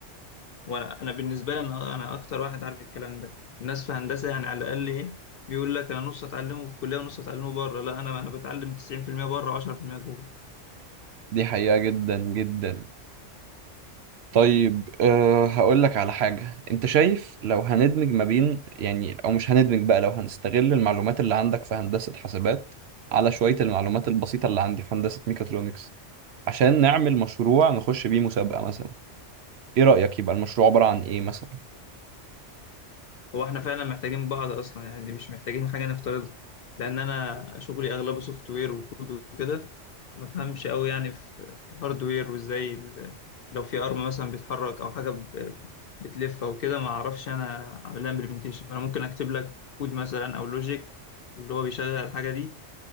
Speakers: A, on the left; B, on the right.
A: وأنا أنا بالنسبة لي أنا أنا أكتر واحد عارف الكلام ده الناس في هندسة يعني على الأقل إيه بيقول لك أنا نص أتعلمه في الكلية ونص أتعلمه بره لا أنا أنا بتعلم 90% بره و10% جوه
B: دي حقيقه جدا جدا طيب أه هقول لك على حاجة انت شايف لو هندمج ما بين يعني او مش هندمج بقى لو هنستغل المعلومات اللي عندك في هندسة حاسبات على شوية المعلومات البسيطة اللي عندي في هندسة ميكاترونكس عشان نعمل مشروع نخش بيه مسابقة مثلا ايه رأيك يبقى المشروع عبارة عن ايه مثلا
A: هو احنا فعلا محتاجين بعض اصلا يعني دي مش محتاجين حاجه نفترضها لان انا شغلي اغلبه سوفت وير وكود وكده ما فهمش قوي يعني في, في الهاردوير وازاي ال- لو في ارم مثلا بيتحرك او حاجه ب- بتلف او كده ما اعرفش انا اعمل لها امبلمنتيشن فانا ممكن اكتب لك كود مثلا او لوجيك اللي هو بيشغل الحاجه دي